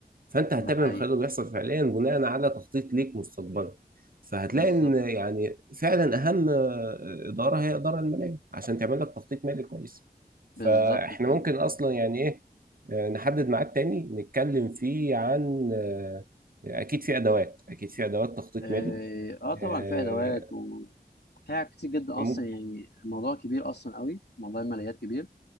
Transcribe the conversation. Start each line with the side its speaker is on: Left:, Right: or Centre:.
Right: فانت هتتابع
Left: ده حقيقي
Right: الخير اللي بيحصل فعليا بناء على تخطيط ليك مستقبلا فهتلاقي
Left: بالظبط
Right: ان يعني فعلا اهم آه، اداره هي الاداره الماليه عشان تعمل لك تخطيط مالي كويس
Left: بالظبط
Right: فاحنا
Left: فعلا
Right: ممكن اصلا يعني ايه آه، نحدد ميعاد تاني نتكلم فيه عن آه، اكيد في ادوات اكيد في ادوات تخطيط
Left: اه
Right: مالي
Left: آه، طبعا
Right: آه،
Left: في ادوات وفيها كتير جدا
Right: ممكن
Left: اصلا يعني الموضوع كبير اصلا قوي موضوع الماليات كبير